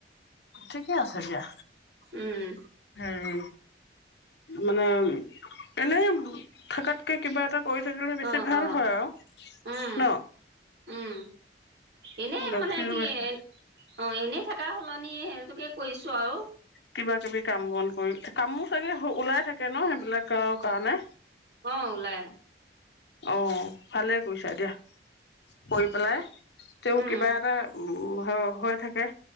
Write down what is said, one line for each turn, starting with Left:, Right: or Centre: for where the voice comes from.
Left: ঠিকেই আছে দিয়া
Right: উম
Left: হেৰি মানে এনে থকাতকে কিবা এটা পঢ়ি থাকিলে বেছি
Right: অ
Left: ভাল
Right: অ
Left: হয় আৰু
Right: উম
Left: ন
Right: উম এনেই
Left: গাখীৰ
Right: মানে কি
Left: বেচা
Right: অ এনে থকা সলনি সেইটোকে কৰিছো আৰু
Left: কিবাকিবি কাম বন কৰি কামো চাগে ওলাই থাকে ন সেইবিলাক কাৰণে
Right: অ ওলাই
Left: অঁ ভালে কৰিছা দিয়া কৰি পেলাই তেওঁ
Right: উম
Left: কিবা এটা উ হৈ থাকে